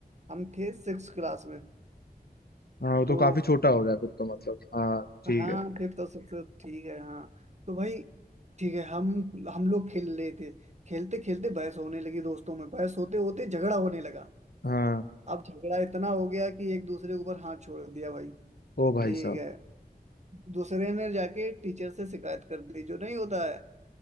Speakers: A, on the right; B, on the left.
A: हम थे सिक्स क्लास में
B: हाँ वो तो
A: तो
B: काफी छोटा हो गया फिर तो मतलब हाँ ठीक
A: हाँ
B: है
A: फिफ्थ और सिक्स ठीक है हाँ तो भाई ठीक है हम हम लोग खेल रहे थे खेलते खेलते बहस होने लगी दोस्तों में बहस होते होते झगड़ा होने लगा
B: हाँ
A: अब झगड़ा इतना हो गया कि एक दूसरे के ऊपर हाथ छोड़ दिया भाई
B: ओ भाई
A: ठीक
B: साहब
A: है दूसरे ने जाके टीचर से शिकायत कर दी जो नहीं होता है